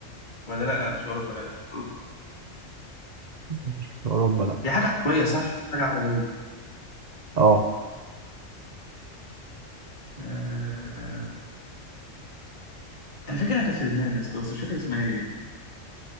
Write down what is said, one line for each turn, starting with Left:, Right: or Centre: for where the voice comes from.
Left: ولا لا لا مش في اوروبا لا اوروبا دي
Right: مش في أوروبا لأ
Left: دي حاجه عربيه صح حاجه عربيه
Right: اه
Left: آه... انا فاكر انها كانت في لبنان يا اسطى بس مش فاكر اسمها ايه